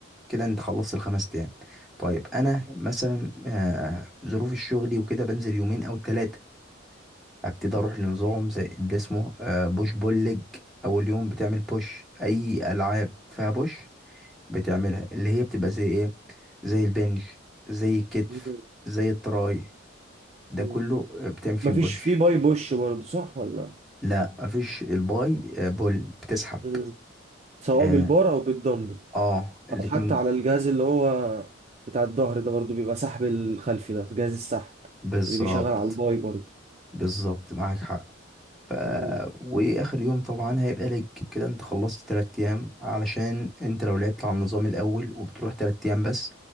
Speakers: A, in the centre; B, on the right.
A: كده انت خلصت الخمس ايام طيب انا مثلا آه، ظروف الشغل وكده بنزل يومين او ثلاثة هبتدي اروح لنظام زي اللي اسمه آه، بوش بول ليج اول يوم بتعمل بوش اي العاب فيها بوش بتعملها اللي هي بتبقى زي ايه زي البنج زي الكتف
B: مم.
A: زي التراي ده
B: مم.
A: كله آه، بتعمل فيه
B: مفيش
A: بوش
B: في باي بوش برضه صح ولا
A: لا مفيش الباي آه، بول بتسحب
B: مم. سواء
A: اه,
B: بالبار او بالدمبل
A: آه الاتنين
B: او حتى على الجهاز اللي هو بتاع الظهر ده برضو بيبقى سحب الخلفي ده جهاز السحب
A: بالظبط
B: اللي بيشغل على الباي برضو
A: بالظبط معاك حق ف...
B: مهم.
A: واخر يوم طبعا هيبقى لج كده انت خلصت تلات ايام علشان انت لو لعبت على النظام الاول وبتروح تلات ايام بس